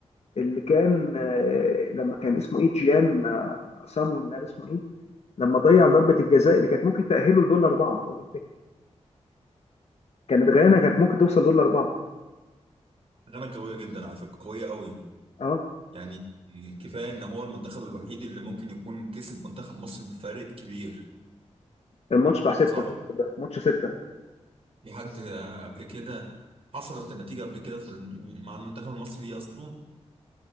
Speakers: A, on the left; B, on the right.
A: اللي كان آه، لما كان اسمه ايه جيان آه، سامو ولا اسمه ايه لما ضيع ضربة الجزاء اللي كانت ممكن تأهله لدول أربعة لو تفتكر كانت غانا كانت ممكن توصل دول أربعة
B: غانا قوية جدا على فكرة قوية قوي
A: أه
B: يعني كفاية إن هو المنتخب الوحيد اللي ممكن يكون كسب منتخب مصر بفارق كبير
A: الماتش بتاع ستة
B: صح؟
A: ده ماتش ستة
B: في حد قبل كده حصلت النتيجة قبل كده في الم- مع المنتخب المصري دي أصلا